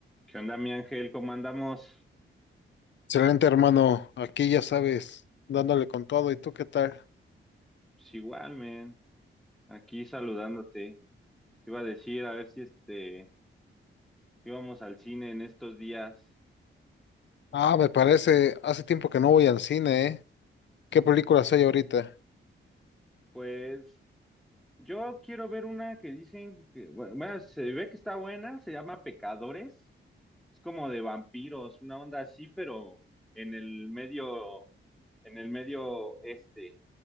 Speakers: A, in the centre; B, on the left.
A: ¿Qué onda, mi Ángel? ¿Cómo andamos?
B: Excelente, hermano. Aquí ya sabes, dándole con todo. ¿Y tú qué tal?
A: Pues igual, man. Aquí saludándote. Te Iba a decir, a ver si este íbamos al cine en estos días.
B: Ah, me parece, hace tiempo que no voy al cine, ¿eh? ¿Qué películas hay ahorita?
A: Pues yo quiero ver una que dicen que, bueno, bueno, se ve que está buena, se llama Pecadores. Es como de vampiros, una onda así, pero en el medio, en el medio este,